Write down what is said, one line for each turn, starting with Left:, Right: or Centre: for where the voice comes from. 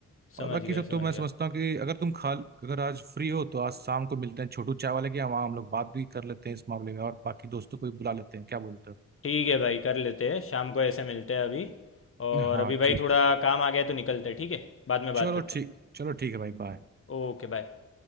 Left: समझ
Right: और बाकी
Left: गया
Right: सब तो
Left: समझ
Right: मैं
Left: गया
Right: समझता हूँ कि अगर तुम खाल अगर आज फ्री हो तो आज शाम को मिलते हैं छोटू चाय वाले के यहाँ वहाँ हम लोग बात भी कर लेते हैं इस मामले में और बाकी दोस्तों को भी बुला लेते हैं क्या बोलते
Left: ठीक है भाई कर लेते हैं शाम को ऐसे मिलते हैं अभी और
Right: हो हाँ
Left: अभी भाई
Right: ठीक
Left: थोड़ा
Right: ठीक
Left: काम आ गया है तो निकलते हैं ठीक है बाद में बात
Right: चलो
Left: करते
Right: ठीक चलो ठीक है भाई बाय
Left: हैं Okay bye